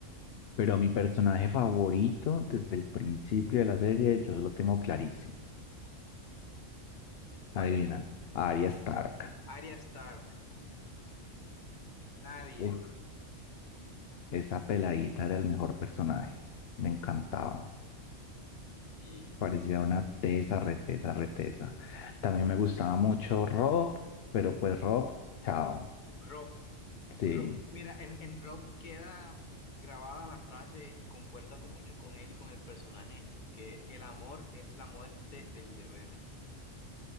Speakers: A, on the left (about 60°); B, on the left (about 40°).
A: pero mi personaje favorito desde el principio de la serie, yo lo tengo clarísimo.
B: ¿Cuál
A: Adivina,
B: es?
A: Arya Stark.
B: Arya Stark. Nadie.
A: Uf, esa peladita era el mejor personaje. Me encantaba.
B: Sí.
A: Parecía una tesa, retesa, retesa. También me gustaba mucho Rob, pero pues Rob, chao.
B: Rob.
A: Sí.
B: Rob- mira, en, en Rob queda grabada la frase y concuerda con mucho con él y con el personaje que el amor es la muerte del deber.